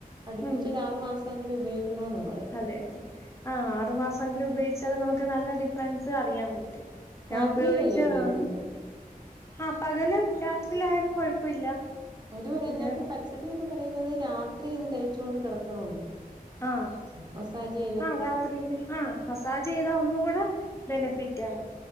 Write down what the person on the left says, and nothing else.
ഉം.
അതെ അതെ ആ ആറു മാസംങ്കിലും ഉപയോഗിച്ചാൽ നമുക്ക് നല്ല ഡിഫറൻസ് അറിയാൻ പറ്റും ഞാ
ഉപയോഗിച്ച
ആണ് ആഹ് പകലും രാത്രിലായാലും കൊഴപ്പല്ല
പിന്നെ
ആഹ്
ആഹ് രാത്രിയില് ആഹ് മസാജെയ്താ ഒന്നും കൂടെ ബെനിഫിറ്റാണ്